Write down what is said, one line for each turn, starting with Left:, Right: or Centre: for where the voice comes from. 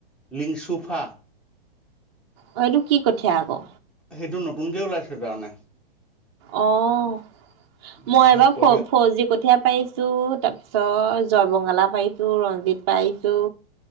Centre: লিংচুফা
Right: অ এইটো কি কঠীয়া আকৌ
Centre: সেইটো নতুনকে ওলাইছে তাৰমানে
Right: অহ
Centre: উম,
Right: মই এবাৰ
Centre: হয় কঠীয়া
Right: ফৌজি ফৌজি কঠীয়া পাইছো পাইছো তাৰ পিছত জয়বঙালা পাইছো ৰঞ্জিত পাইছো